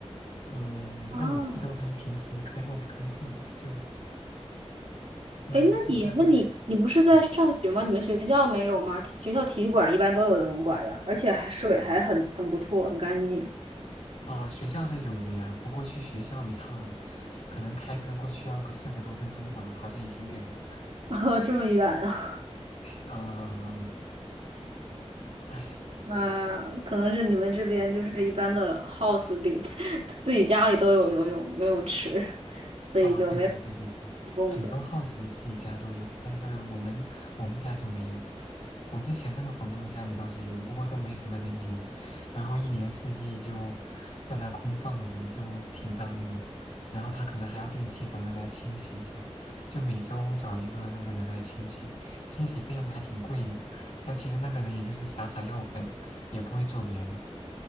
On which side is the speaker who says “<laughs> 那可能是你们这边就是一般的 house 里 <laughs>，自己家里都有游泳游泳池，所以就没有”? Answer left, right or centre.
Right